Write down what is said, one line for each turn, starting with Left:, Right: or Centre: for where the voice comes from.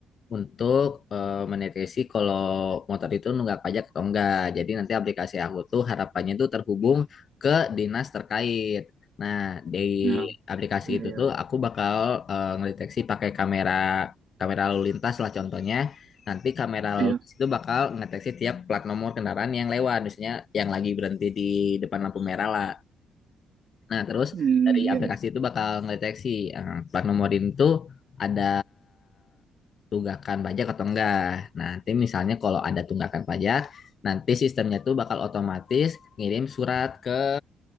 Left: untuk eh, mendeteksi kalau motor itu nunggak pajak atau enggak. Jadi nanti aplikasi aku tuh harapannya tuh terhubung ke dinas terkait. Nah, di
Right: Nah,
Left: aplikasi
Right: iya,
Left: itu
Right: iya,
Left: tuh aku bakal eh, ngedeteksi pakai kamera kamera lalu lintas lah contohnya. Nanti kamera
Right: iya,
Left: lalu lintas itu bakal ngedeteksi tiap plat nomor kendaraan yang lewat, misalnya yang lagi berhenti di depan lampu merah lah. Nah, terus
Right: Hmm,
Left: dari
Right: iya,
Left: aplikasi
Right: iya.
Left: itu bakal ngedeteksi eh, plat nomor itu ada tunggakan pajak atau enggak. Nah, nanti misalnya kalau ada tunggakan pajak, nanti sistemnya tuh bakal otomatis ngirim surat ke